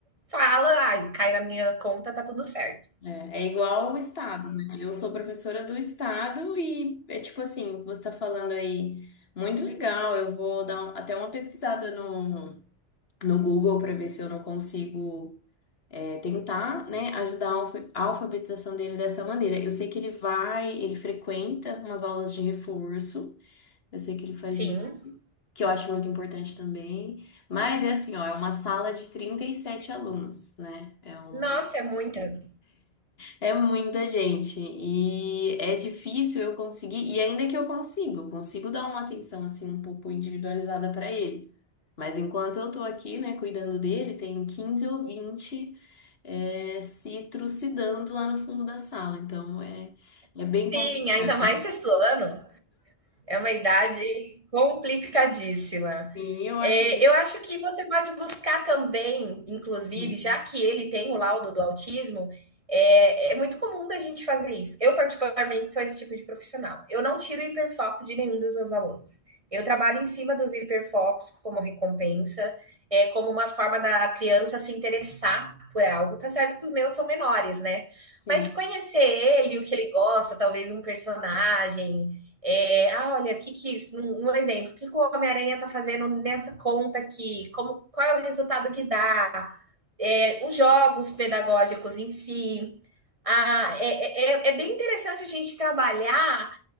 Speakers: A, on the right; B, on the left.
A: fala, ai, cai na minha conta, tá tudo certo.
B: É, é igual o Estado, né? Eu sou professora do Estado e é tipo assim, você está falando aí, muito legal, eu vou dar um- até uma pesquisada no, no Google para ver se eu não consigo é, tentar, né, ajudar a alfa- a alfabetização dele dessa maneira. Eu sei que ele vai, ele frequenta umas aulas de reforço, eu sei que ele faz
A: Sim.
B: isso, que eu acho muito importante também, mas é assim, ó, é uma sala de 37 alunos, né? É um
A: Nossa, é muita.
B: é muita gente e é difícil eu conseguir, e ainda que eu consigo, consigo dar uma atenção assim um pouco individualizada para ele. Mas enquanto eu tô aqui, né, cuidando dele, tem 15 ou vinte é, se trucidando lá no fundo da sala. Então é, é
A: Sim,
B: bem complicado.
A: ainda mais sexto ano. É uma idade complicadíssima.
B: Sim, eu acho.
A: É, eu acho que você pode buscar também, inclusive,
B: Sim.
A: já que ele tem o laudo do autismo, é, é, muito comum da gente fazer isso. Eu, particularmente, sou esse tipo de profissional. Eu não tiro o hiperfoco de nenhum dos meus alunos. Eu trabalho em cima dos hiperfocos como recompensa, é, como uma forma da criança se interessar por algo. Tá certo que os meus são menores, né?
B: Sim.
A: Mas conhecer ele, o que ele gosta, talvez um personagem, é, ah, olha, que que isso? Um, um exemplo, o que, que o Homem-Aranha está fazendo nessa conta aqui? Como, qual é o resultado que dá? É, os jogos pedagógicos em si. Ah, é, é, é é bem interessante a gente trabalhar